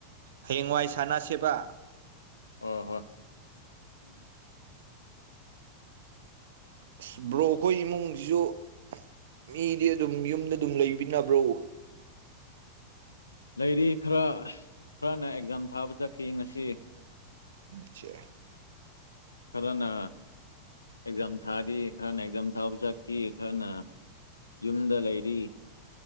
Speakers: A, on the right; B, on the left.
A: ꯍꯌꯦꯡꯋꯥꯏ ꯁꯥꯟꯅꯁꯦꯕ
B: ꯑꯣ ꯍꯣꯏ
A: ꯑꯁ ꯕ꯭ꯔꯣ ꯈꯣꯏ ꯏꯃꯨꯡꯁꯤꯁꯨ ꯃꯤꯗꯤ ꯑꯗꯨꯝ ꯌꯨꯝꯗ ꯗꯨꯝ ꯂꯩꯕꯤꯅꯕ꯭ꯔꯣ
B: ꯂꯩꯔꯤ ꯈꯔ ꯈꯔꯅ ꯑꯦꯛꯖꯥꯝ ꯊꯥꯕ ꯆꯠꯈꯤ ꯉꯁꯤ
A: ꯆꯦ
B: ꯈꯔꯅ ꯑꯦꯛꯖꯥꯝ ꯊꯥꯔꯤ ꯈꯔꯅ ꯑꯦꯛꯖꯥꯝ ꯊꯥꯕ ꯆꯠꯈꯤ ꯈꯔꯅ ꯌꯨꯝꯗ ꯂꯩꯔꯤ